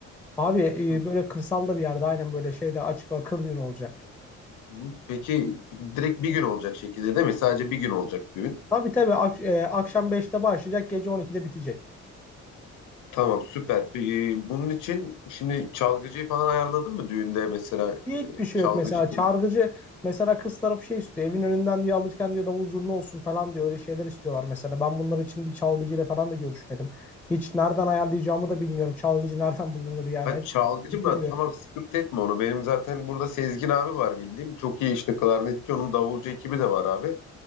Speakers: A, in the centre; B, on the left (about 85°).
A: abi
B: Hı.
A: e, böyle kırsalda bir yerde aynen böyle şeyde açık hava kır düğün olacak.
B: Hı. Peki direkt bir gün olacak şekilde değil mi? Sadece bir gün olacak düğün.
A: Tabii tabii ak- e, akşam beşte başlayacak gece 12'de bitecek.
B: Tamam süper. Peki, e, bunun için şimdi çalgıcıyı falan ayarladın mı düğünde mesela e,
A: Hiçbir şey
B: çalgıcı
A: yok mesela
B: kim?
A: çargıcı mesela kız tarafı şey istiyor evin önünden diyor alırken diyor davul zurna olsun falan diyor öyle şeyler istiyorlar mesela ben bunlar için bir çalgıcıyla falan da görüşmedim hiç nereden ayarlayacağımı da bilmiyorum çalgıcı nereden bulunur yani
B: Ha,
A: hiç
B: çalgıcı
A: fikrim
B: mı?
A: de yok.
B: Tamam sıkıntı etme onu. Benim zaten burada Sezgin abi var bildiğim. Çok iyi işte klarnetçi onun davulcu ekibi de var abi.